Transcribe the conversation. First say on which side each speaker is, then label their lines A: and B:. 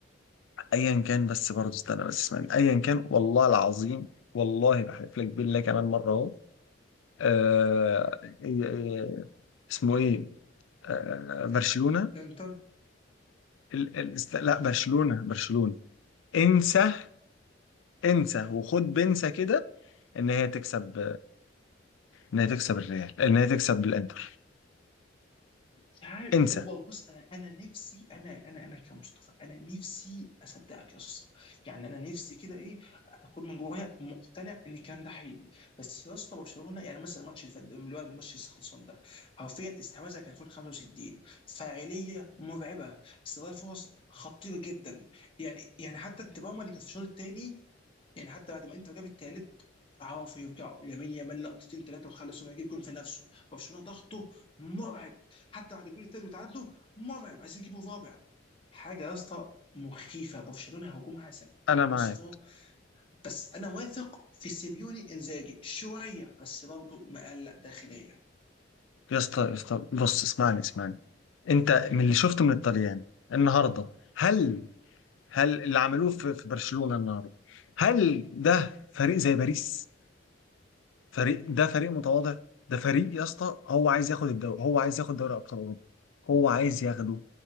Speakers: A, on the left; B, on the left.
A: ايا كان بس برضه استنى بس اسمعني ايا كان والله العظيم والله بحلف لك بالله كمان مره اهو آه... إيه- إيه- اسمه ايه آه... برشلونه
B: يعني
A: ال... ال... است- لا برشلونة برشلونة انسى انسى وخد بنسى كده ان هي تكسب ان هي تكسب الريال ان هي تكسب الانتر
B: مش عارف
A: انسى
B: والله بص انا انا نفسي انا انا انا كمصطفى انا نفسي اصدقك يا اسطى يعني انا نفسي كده ايه اكون من جوايا مقتنع ان الكلام ده حقيقي بس يا اسطى برشلونه يعني مثلا الماتش اللي فات ده، اللي هو الماتش اللي لسه خلصان ده حرفيا استحواذها كان فوق ال 65 فاعليه مرعبه استغلال فرص خطير جدا يعني يعني حتى انت اللي كانت في الشوط الثاني يعني حتى بعد ما انتر جاب الثالث عرفوا يرجعوا لامين يامال لقطتين ثلاثه وخلصوا يجيب جون في نفسه برشلونه ضغطه مرعب حتى بعد الجول الثالث وتعادلوا مرعب عايزين يجيبوا رابع حاجه يا اسطى مخيفه برشلونه هجومها سفاح
A: انا معاك
B: يا اسطى بس انا واثق في سيبيوني انزاجي شويه بس برضه مقلق داخليا
A: يا اسطى يا اسطى بص اسمعني اسمعني انت من اللي شفته من الطليان النهارده هل هل اللي عملوه في في برشلونة النهارده هل ده فريق زي باريس فريق ده فريق متواضع ده فريق يا اسطى هو عايز ياخد الدوري هو عايز ياخد دوري ابطال اوروبا هو عايز ياخده